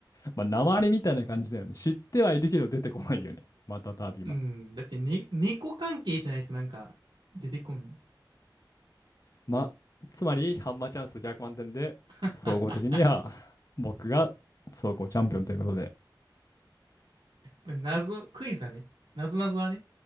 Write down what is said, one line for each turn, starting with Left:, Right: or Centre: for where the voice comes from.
Left: まあ、訛りみたいな感じだよね。知ってはいるけど出てこないよね。またたびは
Right: うん。だって、ね、猫関係じゃないとなんか出てこん。
Left: まあ、つまり、ハンマーチャンス100万点で、
Right: <laughs>
Left: 総合的には僕が総合チャンピオンということで。
Right: 謎、クイズはね。謎謎はね。